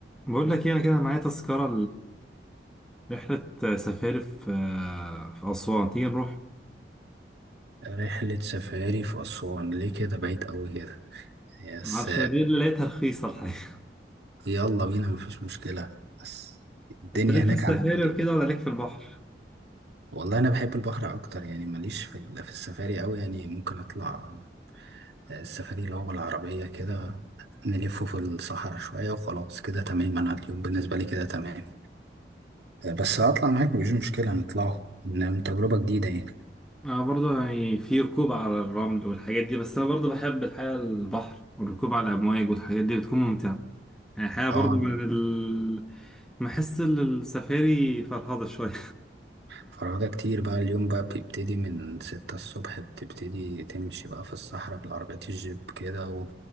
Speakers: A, in the centre; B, on the right.
A: بقول لك ايه انا كده معايا تذكرة لرحلة سفاري في في أسوان تيجي نروح
B: رحلة سفاري في أسوان ليه كده بعيد أوي كده يس
A: معرفش هي دي اللي لقيتها رخيصة الحقيقة
B: يلا بينا مفيش مشكلة بس
A: <laughs>
B: الدنيا
A: انت ليك
B: هناك
A: في السفاري
B: عاملة ايه
A: وكده ولا ليك في البحر؟
B: والله أنا بحب البحر أكتر يعني ماليش في ال- في السفاري أوي يعني ممكن أطلع آه، السفاري اللي هو بالعربية كده نلفه في الصحراء شوية وخلاص كده تمام أنا اليوم بالنسبة لي كده تمام بس هطلع معاك مفيش مشكلة نطلعه إنه تجربة جديدة يعني
A: انا برضو يعني في ركوب على الرمل والحاجات دي بس انا برضو بحب الحقيقة البحر والركوب على الأمواج والحاجات دي بتكون ممتعة يعني الحقيقة برضو
B: اه
A: من ال... بحس ان السفاري فرهضة شوية
B: فرهدة كتير بقى اليوم بقى بتبتدي من ستة الصبح بتبتدي تمشي بقى في الصحراء بالعربيات الجيب كده و-